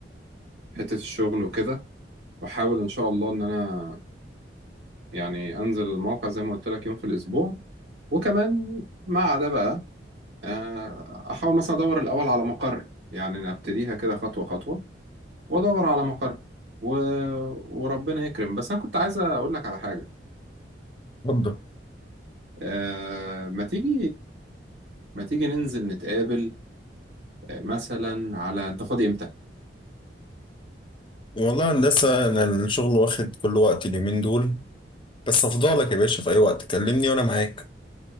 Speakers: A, on the right (about 85°); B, on the left (about 30°).
A: حته الشغل وكده واحاول ان شاء الله ان انا يعني انزل الموقع زي ما قلت لك يوم في الاسبوع وكمان مع ده بقى آه، احاول مثلا ادور الاول على مقر يعني نبتديها كده خطوه خطوه وادور على مقر و... وربنا يكرم بس انا كنت عايز اقول لك على حاجه
B: اتفضل
A: آه، ما تيجي ما تيجي ننزل نتقابل آه، مثلا على انت فاضي امتى
B: والله هندسة أنا الشغل واخد كل وقتي اليومين دول بس أفضلك يا باشا في أي وقت كلمني وأنا معاك